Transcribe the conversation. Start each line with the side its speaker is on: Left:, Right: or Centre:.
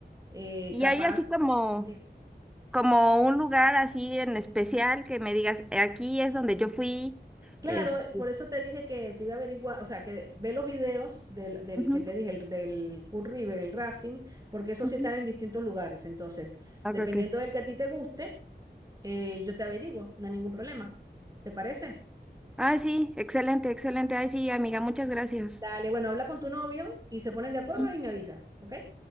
Right: eh,
Centre: Y
Right: capaz.
Centre: hay así como,
Right: Sí.
Centre: como un lugar así en especial que me digas, "Eh, aquí es donde yo fui.
Right: Claro,
Centre: Este,
Right: eh, por eso te dije que te iba a averiguar, o sea, que ve los videos del, del
Centre: Ujú,
Right: que te dije, el- del Cool River, el rafting, porque esos
Centre: ujú.
Right: sí están en distintos lugares. Entonces,
Centre: ok,
Right: dependiendo
Centre: ok.
Right: del que a ti te guste, eh, yo te averiguo, no hay ningún problema. ¿Te parece?
Centre: Ah, sí, excelente, excelente. Ay, sí, amiga, muchas gracias.
Right: Dale, bueno, habla con tu novio y se ponen de acuerdo
Centre: Sí.
Right: y me avisas, ¿ok?